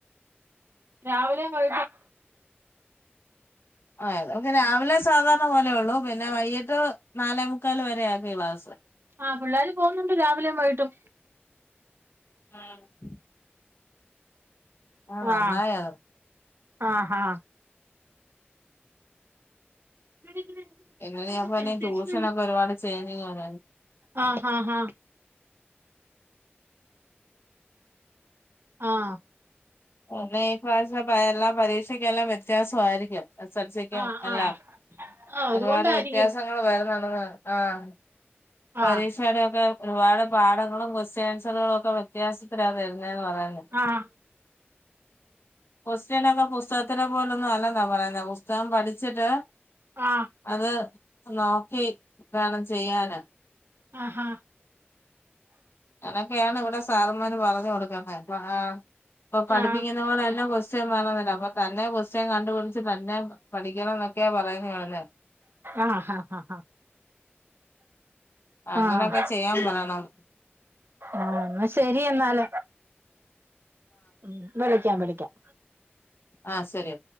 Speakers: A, on the right; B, on the left.
A: രാവിലെ വൈകിട്ടും
B: ആ ഇവർക് രാവിലെ സാധാരണ പോലെ ഉള്ളൂ പിന്നെ വൈകിട്ട് നാലേ മുക്കാല് വരെ ആക്കി ക്ലാസ്സ്
A: ആ പിള്ളേര് പോകുന്നുണ്ട് രാവിലെയും വൈകിട്ടും
B: മ് ആ നന്നായി
A: അഹ്
B: അത്
A: ആ ഹാ <unintelligible>
B: എങ്ങനെയ അപ്പൊ
A: സെൻസേഷൻ
B: എനി ട്യൂഷനൊക്കെ ഒരുപാട് ചേഞ്ചിങ് <unintelligible>
A: ആഹ് ഹ ഹ ആഹ്
B: പിന്നെ ഇ പ്രാവശ്യം പയേ എല്ലാം പരീക്ഷക്കെല്ലാം വ്യത്യാസമായിയിരിക്കും സല്സിക്കും
A: ആഹ്
B: എല്ലാം
A: ആഹ് ആഹ് അതുകൊണ്ടായിരിക്കും
B: ഒരുപാട് വ്യത്യാസങ്ങൾ വരുണ്ടെന്ന് അഹ് പരീക്ഷയുടെക്കെ
A: ആഹ്
B: ഒരുപാട് പാഠങ്ങളും ക്വസ്റ്റ്യൻ ആൻസറുകളും ഒക്കെ വ്യത്യാസത്തിലാണ് വരുന്നെന് പറയുന്നു.
A: അഹ്
B: ക്വസ്റ്റ്യൻൊക്കെ പുസ്തകത്തിനെ പോലൊന്നും അല്ലെന്നാ പറയുന്നെ പുസ്തകം പഠിച്ചിട്ട്
A: ആ
B: അത് നോക്കി വേണം ചെയ്യാന്
A: ആഹ് ഹാ
B: അനൊക്കെയാണ് ഇവിടെ സാറന്മാര് പറഞ്ഞു കൊടുക്കുന്നെ ആ ഇപ്പൊ പഠിപ്പിക്കുന്ന
A: ആഹ്
B: പോല തന്നെ ക്വസ്റ്റ്യൻ വേണോന്നില്ല അപ്പൊ തന്നെ ക്വസ്റ്റ്യൻ കണ്ടുപിടിച്ച് തന്നെ പഠിക്കണംന്നൊക്കെയാ പറയ്ഞ്ഞു വിടുന്നേ
A: ആഹ് ഹ ഹ ഹ
B: അങ്ങനെക്കെ
A: ആഹ്
B: ചെയ്യാൻ പറയണം
A: ആഹ് എന്ന ശെരി എന്നാല് ഉം വിളിക്കാം വിളിക്കാം
B: ആ സരിയ